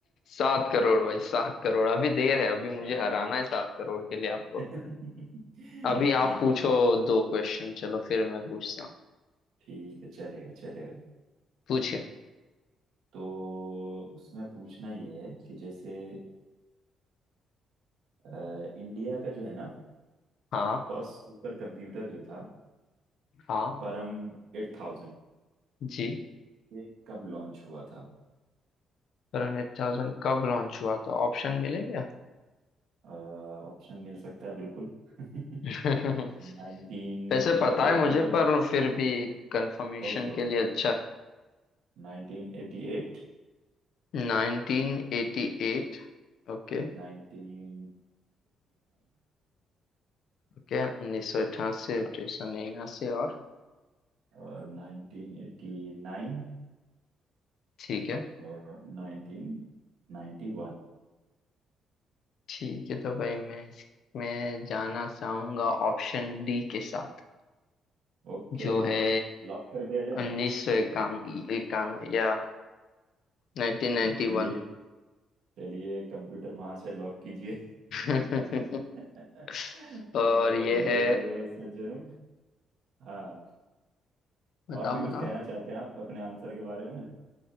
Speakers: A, on the left; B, on the right.
A: सात करोड़ भाई सात करोड़ अभी देर है अभी
B: हाँ।
A: मुझे हराना है सात करोड़ के लिए आपको
B: <laughs> ठीक
A: अभी आप पूछो
B: है ठीक है
A: दो क्वेश्चन चलो फिर मैं पूछता हूँ
B: ठीक है चलेगा चलेगा
A: पूछिए
B: तो उसमें पूछना ये है कि जैसे अ, इंडिया का जो है ना
A: हाँ
B: फर्स्ट सुपर कंप्यूटर जो था
A: हाँ
B: परम एट थाउजेंड
A: जी
B: ये कब लॉन्च हुआ था
A: करण 8000 कब लॉन्च हुआ था ऑप्शन मिलेंगे
B: ऑप्शन मिल सकता है बिल्कुल <laughs>
A: <laughs>
B: 1988
A: वैसे पता है मुझे पर फिर भी कंफर्मेशन
B: Okay okay
A: के लिए
B: okay
A: अच्छा
B: 1988
A: है नाइनटीन एटी एट Okay
B: 1989
A: okay उन्नीस सौ अठासी अठारह सौ निन्यासी और
B: और 1989
A: ठीक है
B: और 1991
A: ठीक है तो भाई मैं इसमें जाना चाहूंगा ऑप्शन डी के साथ
B: ओके
A: जो है
B: लॉक कर दिया जाए
A: उन्नीस सौ इक्यानवे इक्यानवे या नाइनटीन नाइन्टी
B: <laughs> चलिए
A: वन
B: चलिए कंप्यूटर वहां से लॉक कीजिए <laughs>
A: <laughs>
B: तो
A: और ये
B: देवी
A: है
B: और सज्जनों हाँ
A: बताओ
B: और भी कुछ
A: बताओ
B: कहना चाहते हैं आप अपने आंसर के बारे में